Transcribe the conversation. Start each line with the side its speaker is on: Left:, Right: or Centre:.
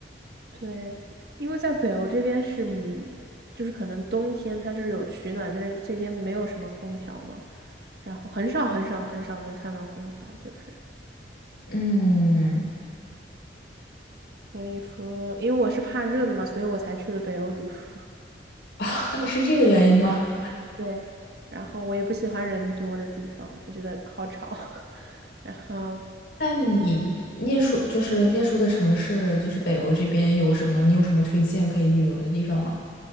Right: 对，因为在北欧这边是，嗯就是可能冬天它就是有取暖，但是这边没有什么空调嘛，然后很少很少很少能看到空调，就是
Left: 嗯，
Right: 所以说，因为我是怕热的嘛，所以我才去了北欧读书。<laughs>
Left: <laughs> 是这个原因吗？
Right: 对，然后我也不喜欢人多的地方，我觉得好吵，<laughs> 然后。
Left: 那你念书就是念书的城市，就是北欧这边有什么？你有什么推荐可以旅游的地方吗？